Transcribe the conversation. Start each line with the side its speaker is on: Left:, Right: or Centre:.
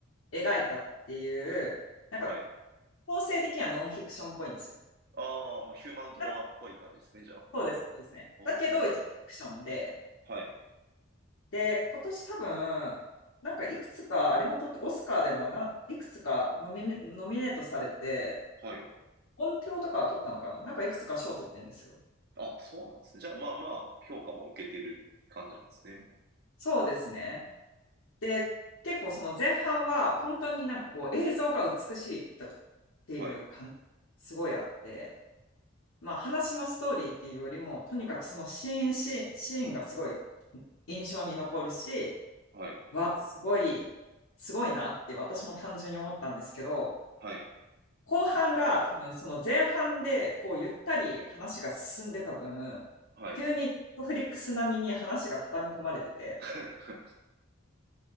Left: 描いたっていう、なんか、
Right: はい。
Left: 構成的にはノンフィクションっぽいんですよ。
Right: ああ、まあ、ヒューマンドラマっぽい感じですね、
Left: あ
Right: じゃあ。
Left: そうです、そうですね。
Right: あー
Left: だけど、一応フィクションで、
Right: はい、
Left: で、今年多分、なんかいくつか、あれも取って、オスカーでもなんいくつかノミ、ノミネートされて、
Right: はい。
Left: 音響とかは取ったのかななんかいくつか賞取ってんですよ。
Right: あ、そうなんですね。じゃあ、まあまあ、評価も受けてる感じなんですね。
Left: そうですね。で、結構その前半は本当になんかこう映像が美しいだっていう感じ、
Right: はい、
Left: すごいあって、まあ話のストーリーっていうよりも、とにかくそのシーンシーン、シーンがすごい印象に残るし、
Right: はい、
Left: わ、すごい、すごいなって私も単純に思ったんですけど、
Right: はい。
Left: 後半が多分その前半でこうゆったり話が進んでた分、
Right: なるほど。はい。
Left: 急に Netflix 並みに話が畳み込まれてて、
Right: <laughs>